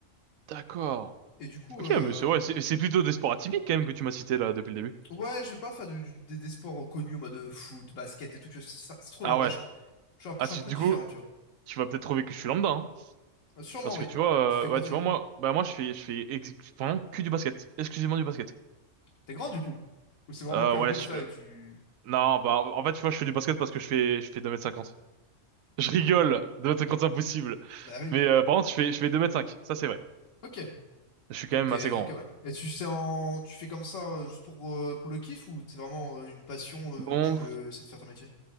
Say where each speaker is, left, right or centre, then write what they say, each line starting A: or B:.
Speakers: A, on the right (about 85°); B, on the left (about 75°).
A: D'accord.
B: Et du coup,
A: Ok,
B: euh,
A: mais c'est ouais, c'est c'est plutôt des sports atypiques quand même que tu m'as cité là depuis le début.
B: ouais, j'aime pas faire du- du- des, des sports reconnus en mode euh, foot, basket et tout. tu vois, ça- C'est trop
A: Ah
B: lambda.
A: ouais.
B: Je, je suis un, peu
A: Ah,
B: je suis
A: tu,
B: un peu
A: du
B: différent,
A: coup,
B: tu vois.
A: tu vas peut-être trouver que je suis lambda, hein.
B: Euh, Sûrement,
A: Parce
B: oui.
A: que tu vois,
B: Tu fais
A: euh,
B: quoi,
A: ouais,
B: toi,
A: tu
B: du
A: vois,
B: coup?
A: moi, bah moi, je fais, je fais ex- vraiment que du basket, exclusivement du basket.
B: T'es grand, du coup? Ou c'est vraiment
A: Euh,
B: qu'un
A: ouais,
B: mythe,
A: je-
B: ça,
A: euh,
B: et tu...
A: non, bah, en fait, tu vois, je fais du basket parce que je fais, je fais deux mètres cinquante. Je rigole, deux mètres cinquante c'est impossible.
B: Bah oui.
A: Mais euh, par contre, je fais, je fais deux mètres cinq. ça c'est vrai.
B: Ok.
A: Je suis quand
B: Donc
A: même
B: t'es...
A: assez grand,
B: Ok,
A: ouais.
B: ouais. Et tu sais en... Tu fais comme ça euh, juste pour, euh, pour le kiff ou c'est vraiment euh, une passion euh,
A: Bon,
B: où tu veux essayer de faire ton métier?